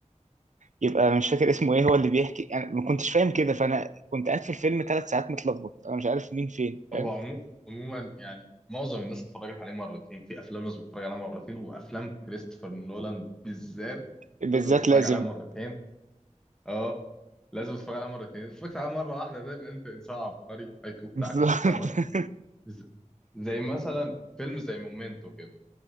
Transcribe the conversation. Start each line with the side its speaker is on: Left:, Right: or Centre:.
Right: يبقى مش فاكر اسمه ايه هو اللي بيحكي انا ما كنتش فاهم كده فانا كنت قاعد في الفيلم ثلاث ساعات متلخبط انا مش عارف مين فين فاهم
Centre: هو عمو... عموما يعني معظم الناس اتفرجت عليه مرتين في افلام لازم تتفرج عليها مرتين وافلام كريستوفر نولان بالذات
Right: بالذات
Centre: لازم تتفرج
Right: لازم
Centre: عليها مرتين اه لازم تتفرج عليها مرتين اتفرجت عليها مره واحده ده يبقى انت انسان عبقري الاي كيو بتاعك
Right: <laughs> بالظبط
Centre: في السما ز- زي مثلا فيلم زي مومنتو كده